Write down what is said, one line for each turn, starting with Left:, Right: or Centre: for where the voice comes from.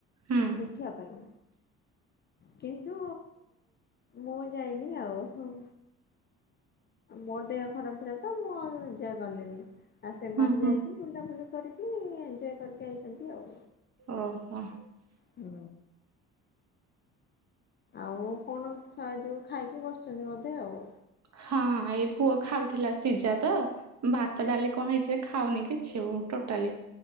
Right: ହୁଁ
Left: ଦେଖିବା ପାଇଁ। କିନ୍ତୁ ମୁଁ ଯାଇନି ଆଉ ହୁଁ। ମୋର ଦେହ ଖରାପ ଥିଲା ତ ମୁଁ ଆଉ ଯା ଗଲିନି। ଆଉ ସେମାନେ
Right: ହୁଁ ହୁଁ
Left: ଯାଇକି ବୁଲାବୁଲି କରି କି ଏଞ୍ଜୟ କରିକି ଆଇଚନ୍ତି ଆଉ।
Right: ଓହୋ।
Left: ହୁଁ। ଆଉ କଣ ଖିଆ ଯିବ ଖାଇକି ବସିଚନ୍ତି ବୋଧେ ଆଉ।
Right: ହଁ ଏଇ ପୁଅ ଖାଉଥିଲା ସିଜା ତ। ଭାତ, ଡାଲି କଣ ହେଇଚି ଯେ ଖାଉନି ଆଉ କିଛି ଟୋଟାଲି।